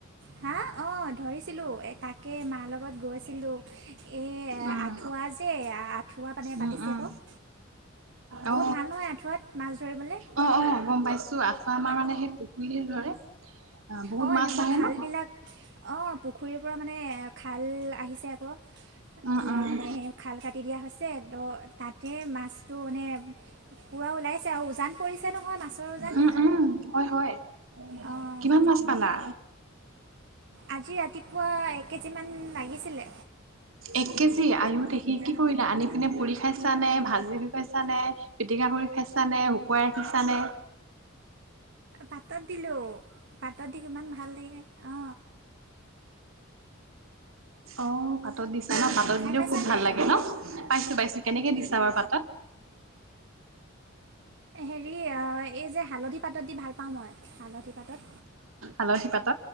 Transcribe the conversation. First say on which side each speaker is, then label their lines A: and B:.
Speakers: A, on the right; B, on the right.
A: হা অ ধৰিছিলোঁ তাকে মাৰ লগত গৈ গৈছিলো এ
B: উম
A: আঁঠুৱা জে আঁঠুৱা মানে পাতিছে
B: উম উম
A: বাৱ
B: অ
A: বহুত ভাল নহয় আঁঠুৱাত মাছ ধৰিবলে
B: অ অ গম পাইছো আফা আমাৰ মানে সেই পুখুৰীহে ধৰে আহ বহুত
A: অ
B: মাছ
A: এনেকুৱা
B: আহে
A: খাল
B: ন
A: বিলাক অ পুখুৰীৰ পৰা মানে খাল আহিছে আকৌ
B: উম
A: ওলাই
B: উম
A: মানে সেই খাল কাটি দিয়া হৈছে তো তাতে সটো মানে পূৰা ওলাইছে আৰু উজান পৰিছে নহয় মাছৰ উজান
B: উম উম হয় হয়
A: অঁ
B: কিমান মাছ পালা
A: আজি ৰাতিপুৱা এক কেজিমান লাগিছিলে
B: এক কেজি আয়ু দে স কি কৰিলা আনি পিনে পুৰি খাইছা নে ভাজি বি খাইছা নে পিটিকা কৰি খাইছ নে শুকুৱাই ৰাখিছানে
A: পাতত দিলো পাতত দি কিমান ভাল লাগে অ
B: অ পাতত দিছা ন পাতত
A: খাই
B: দিলেও
A: পাইছানে
B: খুব ভাল লাগে ন পাইছো পাইছো কেনেকে দিছো চাবৰ পাতত
A: হেৰি এই যে হালধি পাতত দি ভাল পাওঁ মই হালধি পাতত
B: আলি পাতত